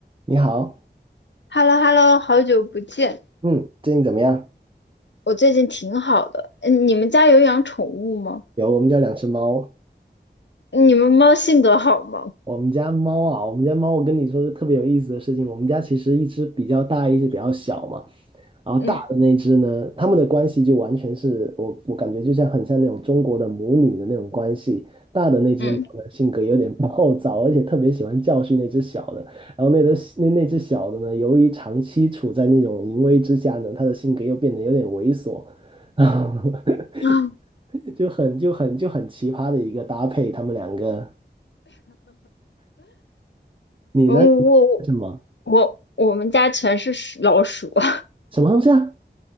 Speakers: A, on the right; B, on the left.
A: 你好，
B: h e l l o h e l l o 好久不见，
A: 嗯，最近怎么样？
B: 我最近挺好的。嗯，你们家有养宠物吗？
A: 有，我们家两只猫，
B: 你们猫性格好吗？
A: 我们家猫啊，我们家猫，我跟你说个特别有意思的事情，我们家其实一只比较大，一只比较小嘛，然后大的那只呢，
B: 嗯
A: 它们的关系就完全是我我感觉就像很像那种中国的母女的那种关系，大的那只猫呢性格有点暴躁，
B: 嗯
A: 而且特别喜欢教训那只小的，然后那只那那只小的呢，由于长期处在那种淫威之下呢，它的性格又变得有点猥琐。<laughs>
B: 啊，
A: <laughs> 就很就很就很奇葩的一个搭配，他们两个。你呢？
B: 嗯，
A: 你什么
B: 我我我我们家全是鼠老鼠，<laughs>
A: 什么东西啊？